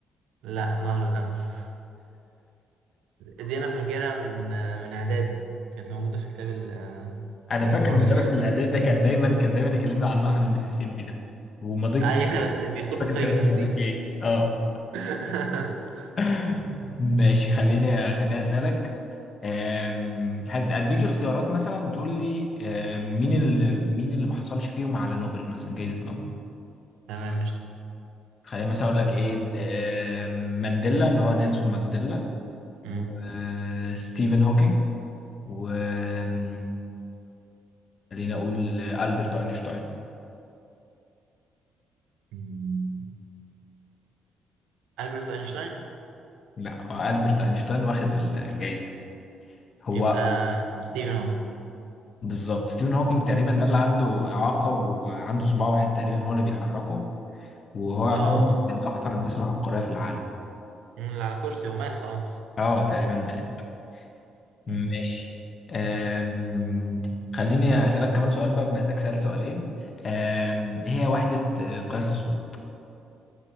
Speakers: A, on the right; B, on the left.
A: لا نهر الامازون <laughs> دي انا فاكرها من آه، من اعدادي كانت موجوده في كتاب ال- آه،
B: انا
A: الجغرافيا
B: فاكر مدرس الاعداد ده كان دايما كان دايما يكلمنا عن نهر المسيسيبي ده ومضيق
A: <laughs> ايوه بيصب
B: مش فاكر
A: في خليج
B: كان اسمه
A: المكسيك
B: مضيق ايه اه
A: <laughs>
B: <laughs> ماشي خليني خليني اسالك أم، هديك اختيارات مثلا وتقول لي أم، مين اللي مين اللي ما حصلش فيهم على نوبل مثلا جائزة نوبل
A: تمام قشطة
B: خلينا مثلا اقول لك ايه أم، مانديلا اللي هو نيلسون مانديلا
A: مم.
B: وستيفن هوكينج وخلينا اقول ألبرت اينشتاين
A: مم. ألبرت أينشتاين
B: لا هو ألبرت اينشتاين واخد ال- الجائزة هو
A: يبقى ستيفن هوكينج
B: بالظبط ستيفن هوكينج تقريبا ده اللي عنده إعاقة وعنده صباع واحد تقريبا هو اللي بيحركه وهو يعتبر
A: اه اه
B: من اكتر الناس العبقرية في العالم
A: اللي على كرسي ومات خلاص
B: اه تقريبا مات ماشي
A: مم.
B: أم... خليني أسألك كمان سؤال بقى بما إنك سألت سؤالين أم... إيه هي وحدة آه، قياس الصوت